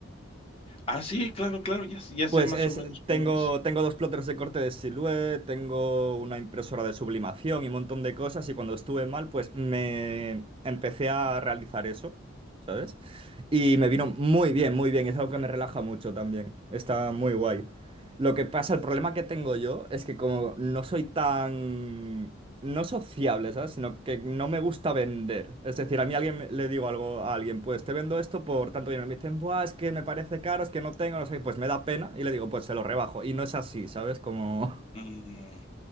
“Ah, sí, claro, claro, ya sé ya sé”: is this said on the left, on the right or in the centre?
Left